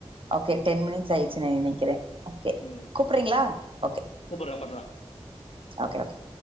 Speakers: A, on the right; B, on the left.
A: ஓகே டென் மினிட்ஸ் ஆயிருச்சுனு நெனக்கிறே ஓகே
B: ம்
A: கூப்றீங்ளா
B: ம்
A: ஓகே
B: கூப்பிட்றேன் பண்ணுறேன்
A: ஓகே ஓகே